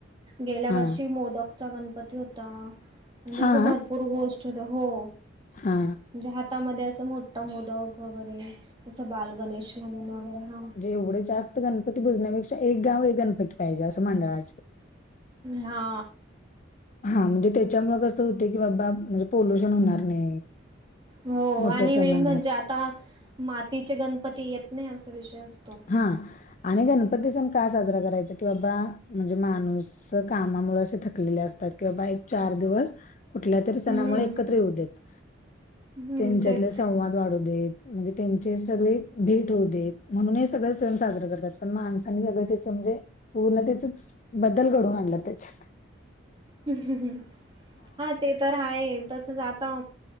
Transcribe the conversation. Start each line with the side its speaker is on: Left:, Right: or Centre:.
Right: गेल्या
Left: हा
Right: वर्षी मोदकचा गणपती होता. म्हणजे
Left: हा
Right: असं भरपूर गोष् <unintelligible> हो
Left: हा.
Right: म्हणजे हातामध्ये असं मोट्ट मोदक वगैरे तसं बालगणेश म्हणून वगैरे हा
Left: म्हणजे एवढे जास्त गणपती बुजण्यापेक्षा. एक गाव हे गणपती पाहिजे असं मंडळाचे.
Right: हा
Left: हा म्हणजे त्याच्यामुळे कसं होत की बाबा म्हणजे पोल्युशन होणार नाही,
Right: हो
Left: मोठ्या
Right: आणि
Left: प्रमाणात.
Right: मेन म्हणजे आता मातीचे गणपती येत नाही असा विषय असतो.
Left: हां आणि गणपती सण का साजरा करायचा की बाबा म्हणजे माणूस कामामुळे असे थकलेले असतात, कि बाबा एक चार दिवस कुठल्या तरी सणामुळे
Right: हम्म
Left: एकत्र येऊ देत,
Right: हम्म
Left: त्यांच्यातले
Right: तेच
Left: संवाद वाढू देत म्हणजे त्यांचे सगळे भेट होउदेत म्हणूनच, सगळ सण साजरा करतात, पण माणसानी सगळं त्याच म्हणजे पूर्णच बदल घडून आणला त्याच्यात
Right: हम्म हम् हम्म हा ते तर आहे तस जात